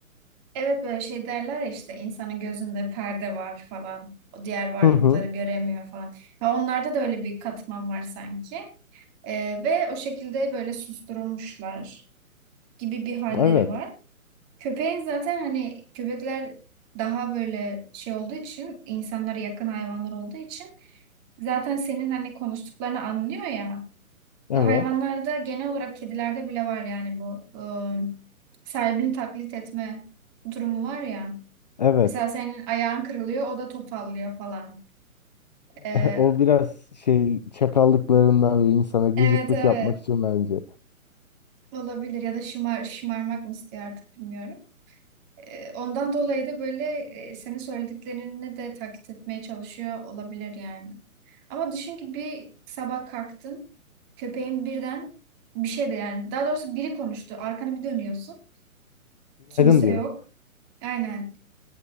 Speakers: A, on the right; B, on the left.
A: Evet böyle şey derler ya işte insanın gözünde perde var falan. O diğer varlıkları
B: Hı hı.
A: göremiyor falan. Ve onlarda da öyle bir katman var sanki. Ee, ve o şekilde böyle susturulmuşlar gibi bir halleri
B: Evet.
A: var. Köpeğin zaten hani köpekler daha böyle şey olduğu için insanlara yakın hayvanlar olduğu için zaten senin hani konuştuklarını anlıyor ya
B: Evet.
A: ve hayvanlarda genel olarak kedilerde bile var yani bu ıı, sahibini taklit etme durumu var ya.
B: Evet.
A: Mesela senin
B: <laughs>
A: ayağın kırılıyor o da topallıyor falan. Ee,
B: O biraz şey çakallıklarından ve insana gıcıklık
A: evet evet
B: yapmak için bence.
A: olabilir ya da şımar, şımarmak mı istiyor artık bilmiyorum. E, Ondan dolayı da böyle e, senin söylediklerini de taklit etmeye çalışıyor olabilir yani. Ama düşün ki bir sabah kalktın, köpeğin birden bir şey de yani daha doğrusu biri konuştu. Arkana bir dönüyorsun, kimse
B: Günaydın diyor.
A: yok. Aynen.